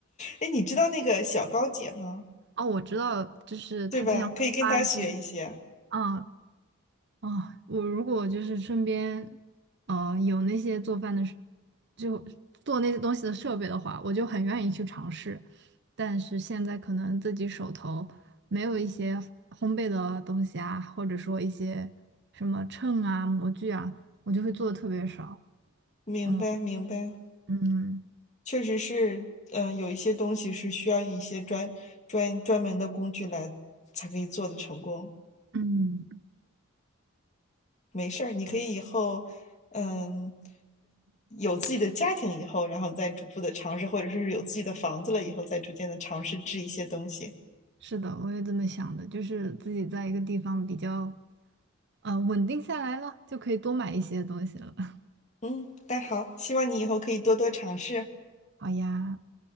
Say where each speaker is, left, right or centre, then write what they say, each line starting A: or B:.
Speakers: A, on the left; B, on the right.
A: 哎你知道那个小高姐吗？
B: <laughs> 哦，我知道，就是她经常会发一些。
A: 对吧？可以跟她学一些。
B: 嗯，啊，我如果就是身边，呃，有那些做饭的设就做那些东西的设备的话，我就很愿意去尝试。但是现在可能自己手头没有一些烘焙的东西啊，或者说一些什么秤啊、模具啊，我就会做的特别少。
A: 明白，
B: 嗯
A: 明白。
B: 嗯，
A: 确实是，嗯，有一些东西是需要一些专专专门的工具来才可以做的成功。
B: 嗯，
A: 没事儿，你可以以后，嗯，有自己的家庭以后，然后再逐步的尝试，或者是有自己的房子了以后，再逐渐的尝试制一些东西。
B: 是的，我也这么想的，就是自己在一个地方比较，呃，稳定下来了，就可以多买一些东西了。<laughs>
A: 嗯，但好，希望你以后可以多多尝试。
B: 好呀，